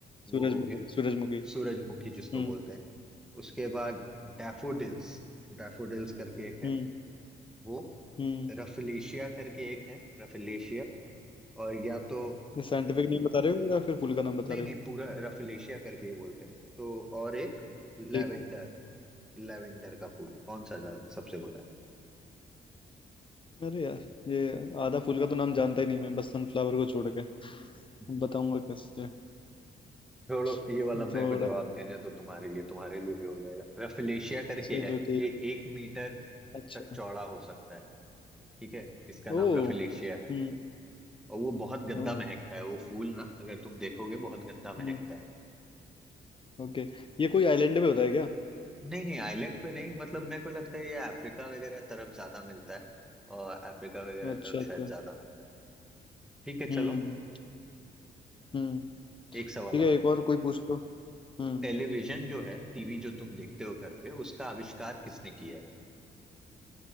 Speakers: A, on the left; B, in the centre.
A: सूरजमुखी
B: वो हो गया
A: सूरजमुखी
B: सूरजमुखी जिसको
A: हम्म
B: बोलते हैं उसके बाद डैफोडिल्स डैफोडिल्स करके एक है
A: हम्म
B: वो
A: हम्म
B: रफलेशिया करके एक है रफलेशिया और या तो
A: साइंटिफिक नेम बता रहे हो या फिर फूल का नाम बता
B: नहीं
A: रहे
B: नहीं
A: हो
B: पूरा रफलेशिया करके ही बोलते हैं तो और एक लैवेंडर
A: ठीक है
B: लैवेंडर का फूल कौन सा ज्यादा- सबसे बड़ा है
A: अरे यार ये आधा फूल का तो नाम जानता ही नहीं मैं बस सनफ्लावर को छोड़ के
B: <laughs>
A: बताऊंगा कैसे
B: छोड़ो
A: <laughs>
B: ये वाला मेरे
A: थोड़ा
B: को जवाब देने दो तुम्हारे लिए तुम्हारे लिए भी हो जाएगा रफलेशिया करके
A: चलो
B: है
A: ठीक
B: ये एक मीटर
A: अच्छा
B: तक चौड़ा हो सकता है ठीक है इसका
A: ओ
B: नाम रफलेशिया है
A: हम्म
B: और वो बहुत गंदा
A: ओ
B: महकता है वो फूल ना अगर तुम देखोगे बहुत गंदा महकता
A: हम्म
B: है
A: ओके ये कोई आइलैंड पे होता है क्या
B: नहीं नहीं आइलैंड पे नहीं मतलब मेरे को लगता है ये अफ्रीका वगैरह तरफ ज्यादा मिलता है और अफ्रीका वगैरह
A: अच्छा
B: तरफ
A: अच्छा
B: शायद ज्यादा मिलता है ठीक है चलो
A: हम्म हम्म
B: एक सवाल
A: ठीक
B: और
A: है एक और कोई पूछ लो हम्म
B: टेलीविजन जो है टीवी जो तुम देखते हो घर पे उसका आविष्कार किसने किया है